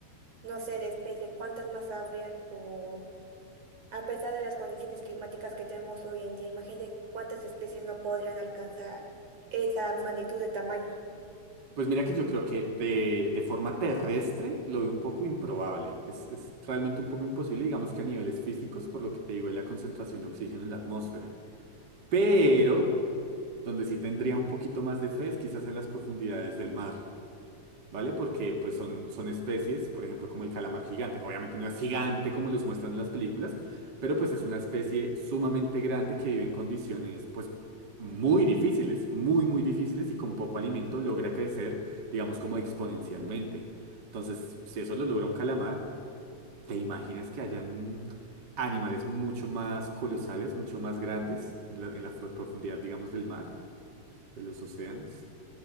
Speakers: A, on the right; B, on the right.
A: no sé, de especie, ¿cuántas más habrían? O a pesar de las condiciones climáticas que tenemos hoy en día, imagínate cuántas especies no podrían alcanzar esa magnitud de tamaño.
B: Pues mira que yo creo que de, de forma terrestre lo veo un poco improbable. Es, es realmente un poco imposible, digamos que a niveles físicos, por lo que te digo de la concentración de oxígeno en la atmósfera. Pero... Donde sí tendría un poquito más de fe es quizás en las profundidades del mar, ¿vale? Porque pues son, son especies, por ejemplo, como el calamar gigante. Obviamente no es gigante como los muestran en las películas, pero pues es una especie sumamente grande que vive en condiciones pues muy difíciles, muy, muy difíciles y con poco alimento logra crecer, digamos, como exponencialmente. Entonces, si eso lo logra un calamar, ¿te imaginas que hayan animales mucho más colosales, mucho más grandes en la, en la profundidad, digamos, del mar? ¿De los océanos?